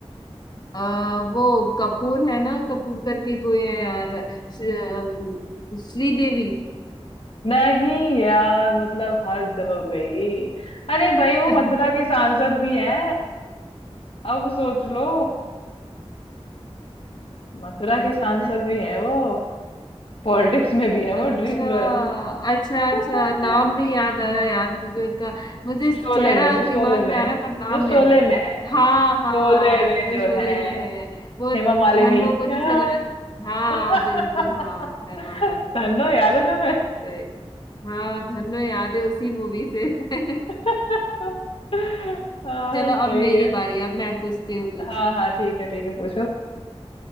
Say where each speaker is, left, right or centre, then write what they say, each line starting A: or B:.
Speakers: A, on the left (about 40°); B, on the left (about 60°).
A: आ, वो कपूर है ना कपूर करके कोई है यार श्री, श्रीदेवी
B: नहीं यार मतलब हद हो गई अरे भाई वो
A: <laughs>
B: मथुरा की सांसद भी है अब सोच लो मथुरा
A: कौन
B: की सांसद
A: सा है
B: भी हैं वो पॉलिटिक्स में भी है वो
A: अच्छा
B: ड्रीम गर्ल
A: अच्छा
B: <laughs>
A: अच्छा नाम नहीं याद आ रहा यार मुझे उनका मुझे
B: शोले
A: चेहरा
B: में जो शोले
A: दिमाग
B: में
A: में आ
B: है
A: रहा है पर नाम
B: जो शोले
A: नहीं आ रहा
B: में है
A: हाँ
B: शोले
A: हाँ
B: में
A: वो
B: जो
A: शोले
B: है
A: में है वो
B: हेमा
A: धन्नो
B: मालिनी
A: को
B: हाँ।
A: जो जला हाँ
B: <laughs>
A: बिल्कुल हाँ है मामा ने
B: धन्नो याद है तुम्हें
A: सही हाँ धन्नो याद है उसी मूवी से <laughs>
B: <laughs> हाँ
A: चलो
B: सही
A: अब मेरी
B: है
A: बारी अब मैं पूछती हूँ कुछ
B: हाँ हाँ ठीक है ठीक है पूछो